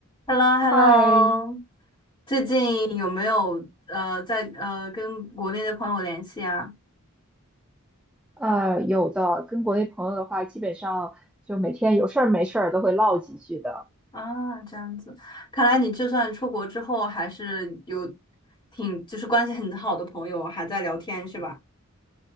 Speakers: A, on the left (about 25°); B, in the centre.
A: h e l l o h
B: 嗨，
A: e l l o 最近有没有呃在呃跟国内的朋友联系啊？
B: 呃，有的，跟国内朋友的话，基本上就每天有事儿没事儿都会唠几句的。
A: 啊，这样子，看来你就算出国之后，还是有挺就是关系很好的朋友，还在聊天是吧？